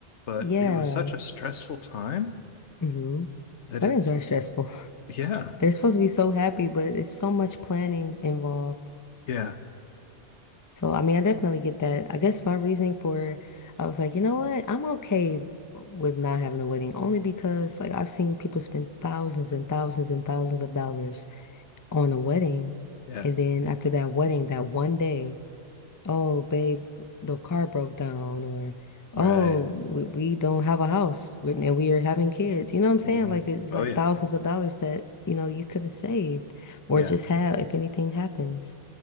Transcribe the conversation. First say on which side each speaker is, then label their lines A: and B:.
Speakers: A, on the left; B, on the left.
A: but
B: Yeah.
A: it was such a stressful time
B: Mm-hmm.
A: that
B: Weddings
A: it's
B: are stressful. <laughs>
A: yeah,
B: They're supposed to be so happy, but it's so much planning involved.
A: Yeah.
B: So, I mean, I definitely get that. I guess my reasoning for I was like, you know what? I'm okay with not having a wedding only because like I've seen people spend thousands and thousands and thousands of dollars on a wedding.
A: Yeah.
B: And then after that wedding, that one day Oh, babe, the car broke down, or oh,
A: Right.
B: we, we don't have a house we- and we are having kids. You know what I'm saying?
A: hmm
B: Like it's
A: Oh
B: like
A: yeah.
B: thousands of dollars that, you know, you could have saved or
A: Yeah.
B: just have if anything happens.